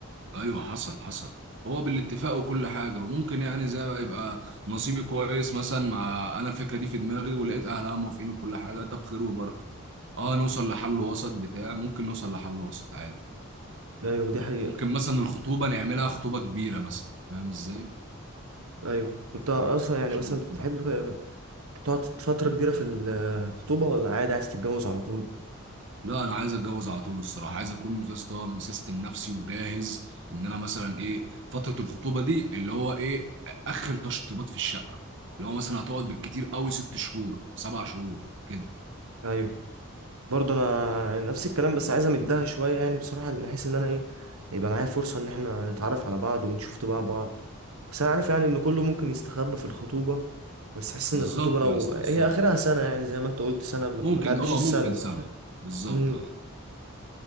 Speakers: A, on the right; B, on the right.
A: ايوه حصل حصل هو بالاتفاق وكل حاجه وممكن يعني زي يبقى نصيبي كويس مثلا مع انا الفكره دي في دماغي ولقيت اهلها موافقين وكل حاجه طب خير وبركه اه نوصل لحل وسط بتاع ممكن نوصل لحل وسط عادي
B: أيوة دي حقيقة
A: ممكن مثلا الخطوبه نعملها خطوبه كبيره مثلا فاهم ازاي
B: أيوة انت اصلا يعني
A: شريك
B: مثلا بتحب
A: فيها
B: تقعد فترة كبيرة في الخطوبة ولا عادي عايز تتجوز على طول
A: لا انا عايز اتجوز على طول الصراحه عايز اكون يا اسطى مسيستم نفسي وجاهز ان انا مثلا ايه فتره الخطوبه دي اللي هو ايه اخر تشطيبات في الشقه اللي هو مثلا هتقعد بالكتير قوي ست شهور سبع شهور كده
B: ايوه برضه انا يعني نفس الكلام بس عايز امدها شوية يعني بصراحة بحيث ان انا ايه يبقى معايا فرصة ان احنا نتعرف على بعض ونشوف طباع بعض بس انا عارف يعني ان كله ممكن يستخبى في الخطوبة بس حس
A: بالظبط
B: ان الخطوبة لو
A: يا اسطى
B: هي
A: بالظبط
B: اخرها سنة يعني زي ما انت قلت سنة ما
A: ممكن
B: ما تعديش
A: اه
B: السنة
A: ممكن سنة آه. بالظبط
B: امم
A: اه